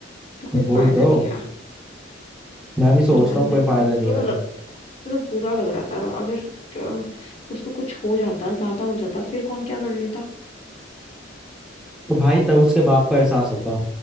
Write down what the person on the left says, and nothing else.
तो कोई
फायदा
नहीं है
और यार
मेरे
को
तो बुरा
लग तो बुरा लग रहा था अगर अ, उसको कुछ हो जाता ज्यादा हो जाता फिर कौन क्या कर लेता